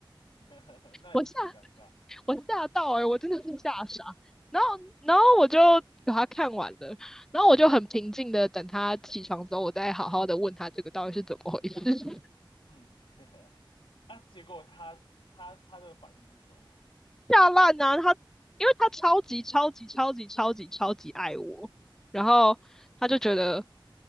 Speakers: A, on the left (about 85°); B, in the centre.
A: <laughs> 那也是挺尴尬。
B: 我吓我吓到哎、欸我真的是吓傻。然后然后我就把他看完了，然后我就很平静的等他起床之后，我再好好的问他这个到底是怎么回事。
A: 嗯，<laughs> 啊，结果他他他的反应是什么？
B: 下烂啊！他因为他超级超级超级超级超级爱我，然后他就觉得，